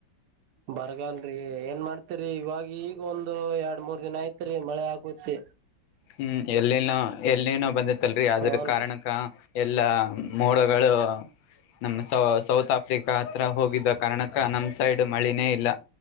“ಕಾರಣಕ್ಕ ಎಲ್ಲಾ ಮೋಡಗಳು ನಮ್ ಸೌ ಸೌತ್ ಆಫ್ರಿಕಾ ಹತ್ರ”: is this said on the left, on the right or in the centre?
Left